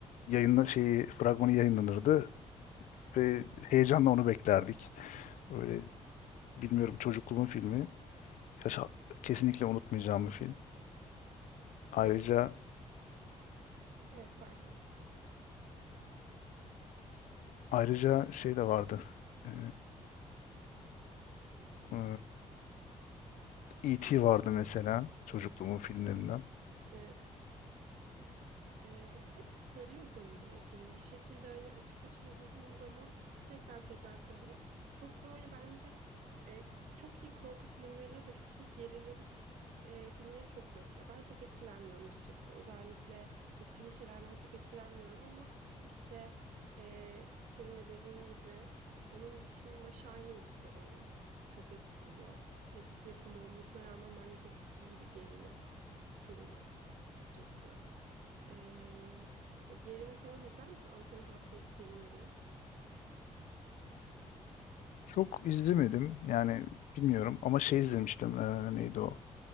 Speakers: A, on the left; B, on the right.
A: yayınla şeyi fragmanı yayınlanırdı ve heyecanla onu beklerdik. Böyle bilmiyorum çocukluğumun filmi. Yaşa- kesinlikle unutmayacağım bir film. Ayrıca
B: Peki, evet pardon.
A: ayrıca şey de vardı. E, e, E.T. vardı mesela çocukluğumun filmlerinden.
B: Ee, Ee, hep sarıyor sanırım o film. Bir şekilde hani açıp açıp izlediğin zaman tekrar tekrar sarıyor. Çok böyle bence e, çok iyi korku filmleri ya da çok iyi gerilim e, filmleri çok yok ya. Ben çok etkilenmiyorum açıkçası. Özellikle bu klişelerden çok etkilenmiyorum ama işte e, senin de dediğin gibi onun dışında Shining de beni çok etkiliyor. Eski yapım olmasına rağmen bence çok iyi bir gerilim filmi açıkçası. Ee, bu gerilim falan izler misin? Anthony Hopkins filmleri.
A: Çok izlemedim yani bilmiyorum ama şey izlemiştim eee, neydi o?